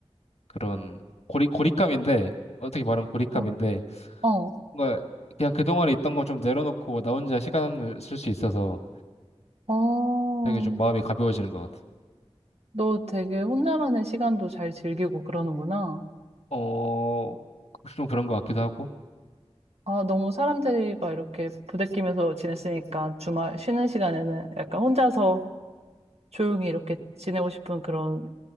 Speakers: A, on the left (about 75°); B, on the right (about 75°).
A: 그런 고리, 고립감인데, 어떻게 말하면 고립감인데,
B: 어, 어,
A: 뭔가 그냥 그동안에 있던 거 좀 내려놓고 나 혼자 시간을 쓸 수 있어서
B: 어.
A: 되게 좀 마음이 가벼워지는 것 같아.
B: 너 되게 혼자만의 시간도 잘 즐기고 그러는구나.
A: 어, 좀 그런 것 같기도 하고.
B: 아, 너무 사람들과 이렇게 부대끼면서 지냈으니까 주말 쉬는 시간에는 약간 혼자서 조용히 이렇게 지내고 싶은 그런,